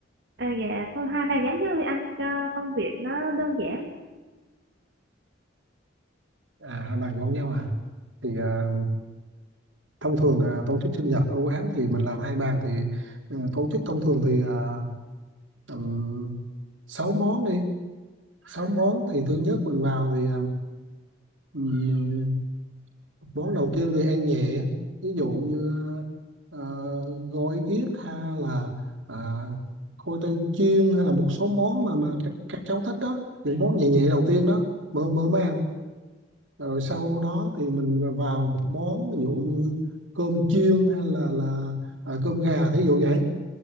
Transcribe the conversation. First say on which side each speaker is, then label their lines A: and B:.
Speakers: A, on the right (about 65°); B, on the right (about 80°).
A: à, dạ thôi hai bàn giống nhau đi anh cho công việc nó đơn giản
B: à hai bàn giống nhau à thì à, thông thường à, tổ chức sinh nhật ở quán thì mình làm hai bàn thì ừ, tổ chức thông thường thì à, tầm 6 món đi sáu món thì thứ nhất mình vào thì um, món đầu tiên thì ăn nhẹ ví dụ như ờ, gói ghiếc hay là à, khoai tây chiên hay là một số món mà mà các các cháu thích đó những món nhẹ nhẹ đầu tiên đó mơ mơ mới ăn rồi sau đó thì mình vào một món ví dụ như cơm chiên hay là là à, cơm gà thí dụ vậy